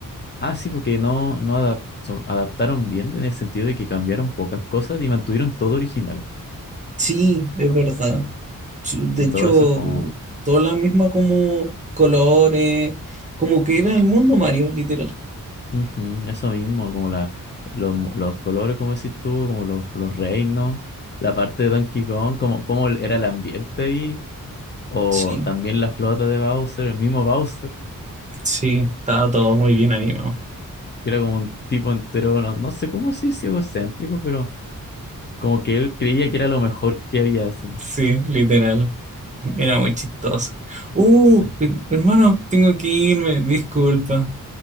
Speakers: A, on the left (about 30°); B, on the right (about 20°).
A: Ah, sí, porque no, no adap- so- adaptaron bien en el sentido de que cambiaron pocas cosas y mantuvieron todo original.
B: sí, es verdad. Su- De
A: Sí,
B: hecho,
A: todo eso como...
B: toda la misma como colores, como que era el mundo Mario, literal.
A: Ujú, eso mismo, como la, los, mo- los colores, como decís tú, como los, los reinos, la parte de Donkey Kong, como, como era el ambiente ahí. O
B: Sí,
A: también la flota de Bowser, el mismo Bowser,
B: sí, estaba todo muy bien animado.
A: que era como un tipo entero, no, no sé cómo decir si egocéntrico, pero como que él creía que era lo mejor que había así.
B: Sí, literal, era muy chistoso. Uh,
A: Sí.
B: her- hermano, tengo que irme, disculpa.